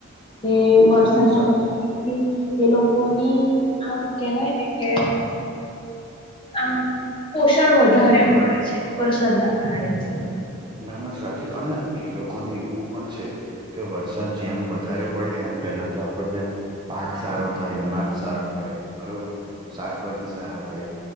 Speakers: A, on the left; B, on the right.
A: કે વરસાદના
B: ના ના સાચ
A: <unintelligible> થી એ લોકોની આમ કેહેવાય ને કે આમ પોષણ વધારે મળે છે વરસાદના પાણીથી
B: ના ના સાચ અને એ લોકો ને એવું પણ છે કે વરસાદ જેમ વધારે પડે એમ પહેલા તો આપણને પાક સારો થાય અનાજ સારો થાય બરોબર શાકભાજી સારા થાય